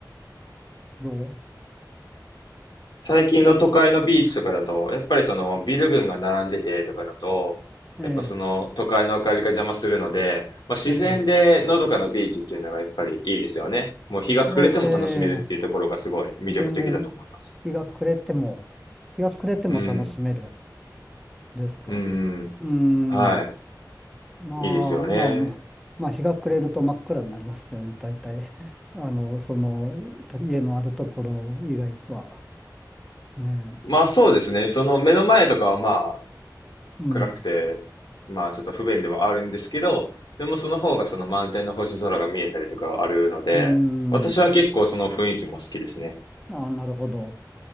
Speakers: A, in the centre; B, on the left.
A: どう、
B: 最近の都会のビーチとかだと、やっぱりそのビル群が並んでてとかだと、
A: え
B: やっぱその都会の明かりが邪魔するので、まあ、自然でのどかなビーチっていうのがやっぱりいいですよね。
A: え、ええ、
B: もう日が暮れても楽しめるっていうところがすごい魅力的だと思います。
A: ええ、全然、日が暮れても、日が暮れても楽しめる
B: うん、
A: ですか。
B: うん、
A: うん。
B: はい。
A: まあまあ、
B: いいですよね。
A: まあ日が暮れると真っ暗になりますよね、大体。<laughs> あの、その、家のあるところ以外は。ね
B: まあそうですね。その目の前とかはまあ
A: え。うん。
B: 暗くて、まあちょっと不便ではあるんですけど、でもその方がその満天の星空が見えたりとかはあるので、
A: うん。
B: 私は結構その雰囲気も好きですね。
A: ああ、なるほど。